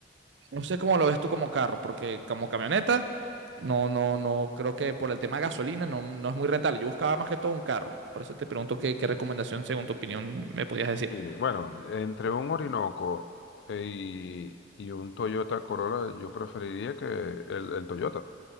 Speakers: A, on the right (about 85°); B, on the left (about 70°).
A: no sé cómo lo ves tú como carro, porque como camioneta, no, no, no, creo que por el tema de gasolina no, no es muy rentable. Yo buscaba más que todo un carro. Por eso te pregunto qué, qué recomendación, según tu opinión, me podías decir.
B: Sí, bueno, entre un Orinoco eh, y, y un Toyota Corolla, yo preferiría que el, el Toyota.